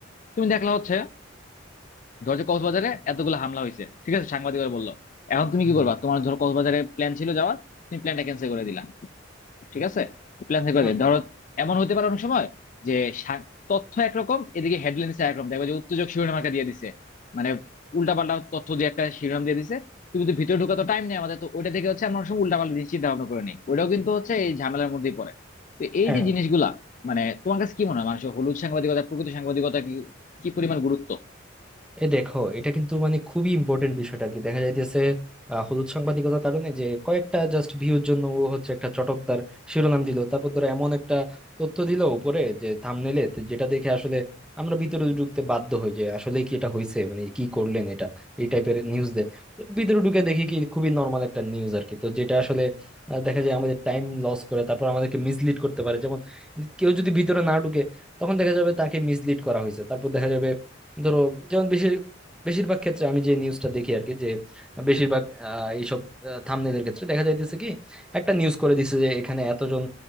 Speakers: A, on the left; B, in the centre.
A: তুমি দেখলা হচ্ছে ধরো যে কক্সবাজারে এতগুলো হামলা হয়েছে ঠিক আছে সাংবাদিকরা বললো এখন তুমি
B: হুম
A: কি করবা তোমার ধরো কক্সবাজারে প্ল্যান ছিল যাওয়ার তুমি প্ল্যানটা ক্যান্সেল করে দিলা ঠিক আছে প্ল্যান ক্যান্সেল করে
B: হুম।
A: দিলে ধরো এমন হতে পারে অনেক সময় যে সা- তথ্য একরকম এদিকে হেডলাইন দিচ্ছে একরকম দেখবে যে উত্তেজক শিরোনাম একটা দিয়ে দিছে মানে উল্টাপাল্টা তথ্য দিয়ে একটা শিরোনাম দিয়ে দিছে তুমি তো ভিতরে ঢোকা তো টাইম নেই আমাদের তো ওইটা থেকে হচ্ছে আমরা অনেক সময় উল্টাপাল্টা জিনিস চিন্তা ভাবনা করে নেই ওইটাও কিন্তু হচ্ছে এই ঝামেলার মধ্যেই পড়ে তো এই
B: হুম
A: যে জিনিসগুলা মানে তোমার কাছে কি মনে হয় মানুষের হলুদ সাংবাদিকতা প্রকৃত সাংবাদিকতা কি কি পরিমাণ গুরুত্ব
B: এই দেখো এটা কিন্তু মানে খুবই ইম্পর্টেন্ট বিষয়টা আর কি দেখা যাইতেছে আহ, হলুদ সাংবাদিকতার কারণে যে কয়েকটা জাস্ট ভিউর জন্য ও হচ্ছে একটা চটকদার শিরোনাম দিল তারপর ধরো এমন একটা তথ্য দিল উপরে যে থাম্বনেইলে যেটা দেখে আসলে আমরা ভিতরে ঢুকতে বাধ্য হই যে আসলে কি এটা হয়েছে মানে কি করলেন এটা এই টাইপের নিউজ দে ভিতরে ঢুকে দেখি কি খুবই নর্মাল একটা নিউজ আর কি তো যেটা আসলে আহ, দেখা যায় আমাদের টাইম লস করে তারপর আমাদেরকে মিসলিড করতে পারে যেমন কেউ যদি ভিতরে না ঢুকে তখন দেখা যাবে তাকে মিসলিড করা হয়েছে তারপর দেখা যাবে ধরো যেমন বেশি বেশিরভাগ ক্ষেত্রে আমি যে নিউজটা দেখি আর কি যে বেশিরভাগ আহ, এইসব থাম্বনেলের ক্ষেত্রে দেখা যাইতেছে কি একটা নিউজ করে দিছে যে এখানে এতজন